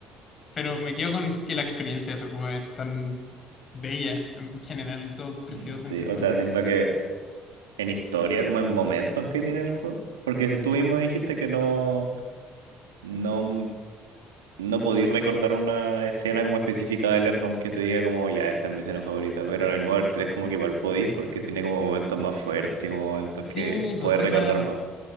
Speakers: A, on the left; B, on the right.
A: pero me quedo con que la experiencia de ese juego es tan bella, en general, todo precioso
B: Mm, Sí,
A: en ese juego.
B: o sea, siento que en historia, como en momentos que tiene el juego. Porque si tú mismo dijiste que no. No, no podéis recordar una escena como específica del Airband que te diga como ya esta es mi escena favorita, pero en el Mother tres como que igual podéis porque tiene como momentos más fuertes, como momentos
A: Sí,
B: que
A: pues
B: podéis
A: son
B: recordar
A: más,
B: más.